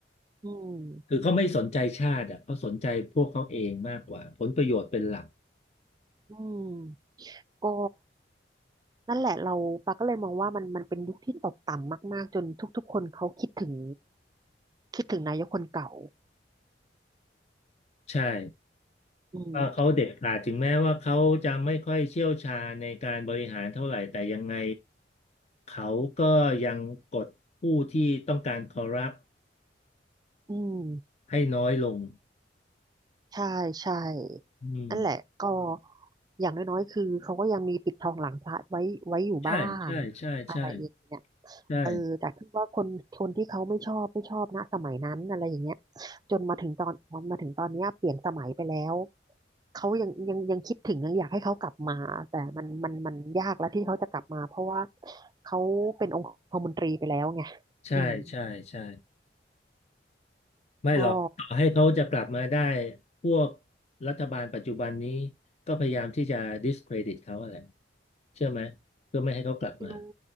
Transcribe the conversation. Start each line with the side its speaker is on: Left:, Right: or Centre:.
Right: อืม
Left: คือเขาไม่สนใจชาติอ่ะเขาสนใจพวกเขาเองมากกว่าผลประโยชน์เป็นหลัก
Right: อืมก็ นั่นแหละเราปาก็เลยมองว่ามันมันเป็นยุคที่ตกต่ำมากๆจนทุกๆคนเขาคิดถึงคิดถึงนายกคนเก่า
Left: ใช่
Right: อืม
Left: ว่าเขาเด็ดขาดถึงแม้ว่าเขาจะไม่ค่อยเชี่ยวชาญในการบริหารเท่าไหร่แต่ยังไงเขาก็ยังกดผู้ที่ต้องการคอร์รัป
Right: อืม
Left: ให้น้อยลง
Right: ใช่ใช่
Left: อืม
Right: นั่นแหละก็อย่างน้อยๆคือเขาก็ยังมีปิดทองหลังพระไว้ไว้อยู่บ้าง
Left: ใช่ใช่ใช่ใช่
Right: อะไรอย่างเงี้ย
Left: ใช่
Right: เออแต่คือว่าคนคนที่เขาไม่ชอบไม่ชอบนะสมัยนั้นอะไรอย่างเงี้ยจนมาถึงตอนมาถึงตอนเนี้ยเปลี่ยนสมัยไปแล้วเขายังยังยังคิดถึงยังอยากให้เขากลับมาแต่มันมันมันยากแล้วที่เขาจะกลับมาเพราะว่าเขาเป็นองคมนตรีไปแล้วไง
Left: ใช่ใช่ใช่
Right: อืม
Left: ไม่หรอกต่อให้เขาจะกลับมาได้
Right: ก็
Left: พวกรัฐบาลปัจจุบันนี้ก็พยายามที่จะ discredit เขาอะไร เชื่อไหมเพื่อไม่ให้เขากลับมา
Right: รู้